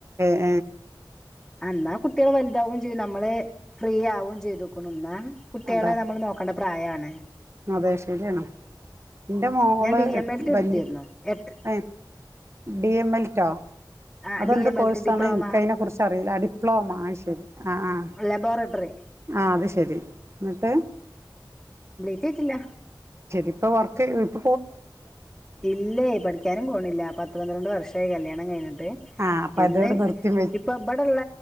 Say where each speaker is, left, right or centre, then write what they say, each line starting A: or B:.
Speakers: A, on the right (about 35°); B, in the centre.
A: എ
B: എന്നാ കുട്ടികൾ വലുതാവും ചെയ്യും നമ്മള് ഫ്രീ ആവുംചെയ്തേക്കുണു ന്നാ കുട്ടികളെ
A: അതാ
B: നമ്മൾ നോക്കേണം പ്രായാണ്
A: അതെ ശരിയാണോ എന്റെ മോള്
B: ഞാൻ ഡി
A: എട്
B: എം എൽ ടി
A: വല്യ
B: എടുത്തിരുന്നു എട്ട്
A: ഡി എം എൽ ട്ടോ
B: ആഹ്
A: അതെന്ത്
B: ഡി എം എൽ
A: കോഴ്സാണ്
B: ടി ഡിപ്ലോമ
A: എനിക്കതിനെ കുറിച്ച് അറിയില്ല ഡിപ്ലോമ ശരി ആ ആ്
B: ലബോറട്ടറി
A: ആ അത് ശെരി എന്നിട്ട്
B: ജയിച്ചില്ല
A: ഇപ്പ വർക്ക് ഇപ്പ
B: ഇല്ലേ പഠിക്കാനും പോണില്ല പത്തു പന്ത്രണ്ട് വർഷം <unintelligible> കല്യാണം കഴിഞ്ഞെന്ന്
A: ആഹ് അപ്പൊ
B: ഇന്ന്
A: അതോട് നിർത്തി
B: ഇപ്പൊ ഇവിടൊള്ള